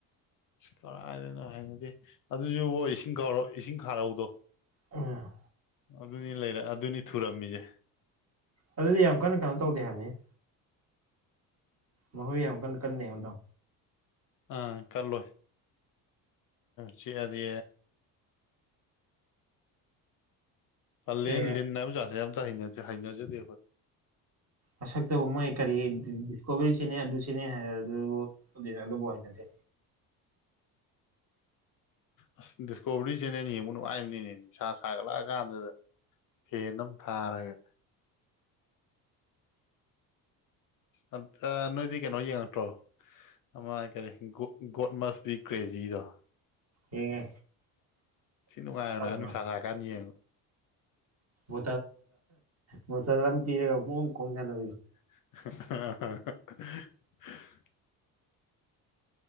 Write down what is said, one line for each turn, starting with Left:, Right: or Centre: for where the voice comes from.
Left: ꯀꯔꯥꯏꯗꯅꯣ ꯍꯥꯏꯅꯗꯦ ꯑꯗꯨꯁꯨꯕꯣ ꯏꯁꯤꯡ ꯈꯥꯔꯧ ꯏꯁꯤꯡ ꯈꯥꯔꯧꯗꯣ
Right: ꯑ
Left: ꯑꯗꯨꯅꯤ ꯂꯩꯔꯦ ꯑꯗꯨꯅꯤ ꯊꯨꯔꯝꯃꯤꯁꯦ
Right: ꯑꯗꯨꯗꯤ ꯌꯥꯝ ꯀꯟꯅ ꯀꯩꯅꯣ ꯇꯧꯗꯦ ꯍꯥꯏꯕꯅꯤ ꯃꯈꯣꯏ ꯌꯥꯝ ꯀꯟꯅ ꯀꯟꯅ ꯌꯥꯝꯗ
Left: ꯑ ꯀꯜꯂꯣꯏ ꯆꯤꯥꯛ ꯑꯗꯤ ꯇꯜꯂꯦ
Right: ꯑꯦ
Left: ꯂꯤꯜ ꯍꯥꯏꯕꯥ ꯖꯥꯠꯁꯦ ꯑꯃ ꯇꯥ ꯍꯩꯅꯥꯖꯗꯦ
Right: ꯑꯁ ꯇꯧꯕ ꯃꯣꯏ ꯀꯥꯔꯤ ꯀꯣꯕꯤ ꯁꯤꯅꯤ ꯑꯗꯨ ꯁꯤꯅꯤ ꯍꯥꯏꯔ ꯑꯗꯨ ꯑꯗꯨꯕꯨ ꯍꯩꯅꯗꯦ
Left: ꯑꯁ ꯗꯤꯁꯀꯣꯕꯔꯤ ꯆꯦꯅꯦꯜ ꯌꯦꯡꯕ ꯅꯨꯡꯉꯥꯏꯕꯅꯤꯅꯦ ꯅꯨꯡꯁꯥ ꯁꯥꯒꯠꯂꯛꯑ ꯀꯥꯟꯗꯨꯗ ꯐꯦꯟ ꯑꯃ ꯊꯥꯔꯒ ꯑ ꯅꯣꯏꯗꯤ ꯀꯩꯅꯣ ꯌꯦꯡꯉꯛꯇ꯭ꯔꯣ ꯑꯃ ꯀꯔꯤ ꯣꯗ ꯃꯁꯕꯤ ꯀ꯭ꯔꯦꯖꯗ
Right: ꯌꯦꯡꯉꯦ
Left: ꯁꯤ ꯅꯨꯡꯉꯥꯏꯔ
Right: ꯇꯧꯕꯗꯣ
Left: ꯅ ꯅꯨꯡꯁꯥ ꯁꯥꯔꯀꯥꯟꯅꯤ ꯌꯦꯌꯦꯡꯉ
Right: ꯣ ꯃꯣꯁ ꯄꯤꯔꯦꯒꯨꯡ ꯀꯣꯟ ꯆꯂ
Left: ꯑ